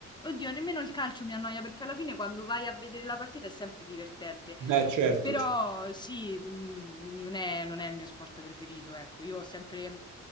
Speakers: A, on the left; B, on the right.
A: oddio nemmeno il calcio mi annoia perché alla fine quando vai a vedere la partita è sempre divertente,
B: Beh, certo,
A: però
B: cioè,
A: sì, mhmm, non è non è il mio sport preferito, ecco. Io ho sempre